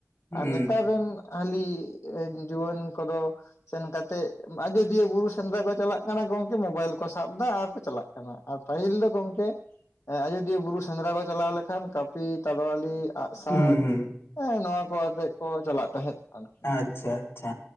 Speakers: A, on the left; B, on the left.
A: ᱦᱩᱸ
B: ᱟᱨ ᱱᱮᱛᱟᱨ ᱨᱮᱱ ᱦᱟᱹᱞᱤ ᱮ ᱡᱩᱣᱟᱹᱱ ᱠᱚᱫᱚ ᱥᱮᱱ ᱠᱟᱛᱮᱜ ᱟᱡᱚᱫᱤᱭᱟᱹ ᱵᱩᱨᱩ ᱥᱮᱸᱫᱽᱨᱟ ᱠᱚ ᱪᱟᱞᱟᱜ ᱠᱟᱱᱟ ᱜᱚᱝ ᱠᱮ ᱢᱳᱵᱟᱭᱤᱞ ᱠᱚ ᱥᱟᱵᱫᱟ ᱟᱨ ᱠᱚ ᱪᱟᱞᱟᱜ ᱠᱟᱱᱟ ᱟᱨ ᱯᱟᱹᱦᱤᱞ ᱫᱚ ᱜᱚᱝᱠᱮ ᱮ ᱟᱡᱚᱫᱤᱭᱟᱹ ᱵᱩᱨᱩ ᱥᱮᱸᱫᱽᱨᱟ ᱠᱚ ᱪᱟᱞᱟᱣ ᱞᱮᱠᱷᱟᱱ ᱠᱟᱹᱯᱤ, ᱛᱟᱲᱣᱟᱞᱤ ᱟᱸᱜ ᱥᱟᱨ
A: ᱦᱩᱸ ᱦᱩᱸ
B: ᱦᱮᱸ ᱱᱚᱣᱟ ᱠᱚ ᱟᱛᱮᱫ ᱠᱚ ᱪᱟᱞᱟᱜ ᱛᱟᱦᱮᱸᱫ ᱠᱟᱱ᱾
A: ᱟᱪᱪᱷᱟ ᱟᱪᱪᱷᱟ